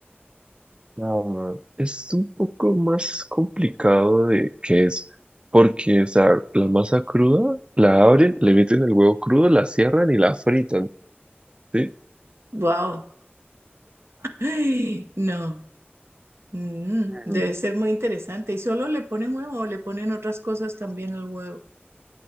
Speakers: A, on the right; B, on the right.
A: Ah, es un poco más complicado de que es, porque, o sea, la masa cruda la abren, le meten el huevo crudo, la cierran y la fritan, ¿sí?
B: Wow. Ay, <gasps> No. Mm,
A: Mm.
B: debe ser muy interesante. ¿Y solo le ponen huevo o le ponen otras cosas también al huevo?